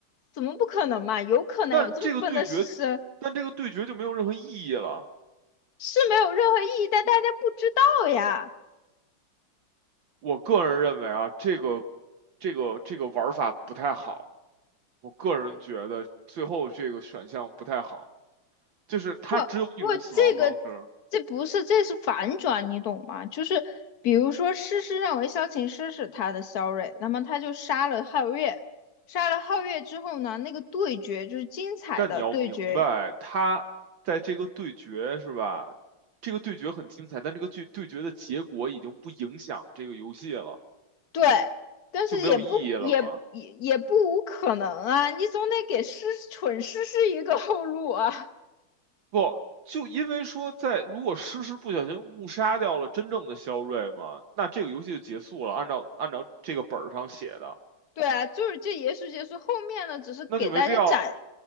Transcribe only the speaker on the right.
但这个对决，但这个对决就没有任何意义了，
我个人认为啊，这个这个这个玩法不太好。我个人觉得最后这个选项不太好，就是他只有一种死亡方式，
但你要明白，他在这个对决是吧？这个对决很精彩，但这个对对决的结果已经不影响这个游戏了，
就没有意义了嘛？
不，就因为说在如果诗诗不小心误杀掉了真正的肖瑞嘛，那这个游戏就结束了，按照按照这个本儿上写的，
那就没必要